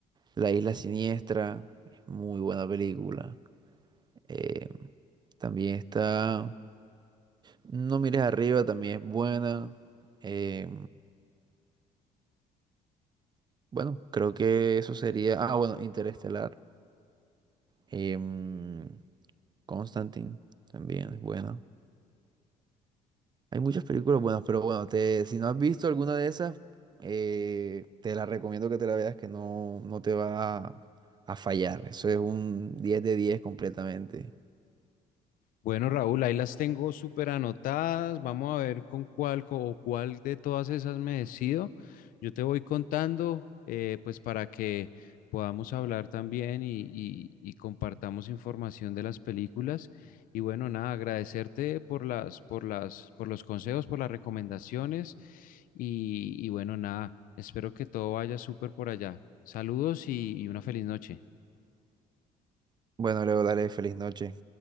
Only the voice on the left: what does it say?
Bueno, Raúl, ahí las tengo súper anotadas. Vamos a ver con cuál co- o cuál de todas esas me decido. Yo te voy contando, eh, pues para que podamos hablar también y, y- y compartamos información de las películas. Y bueno, nada, agradecerte por las, por las, por los consejos, por las recomendaciones. Y, y bueno, nada, espero que todo vaya súper por allá. Saludos y y una feliz noche.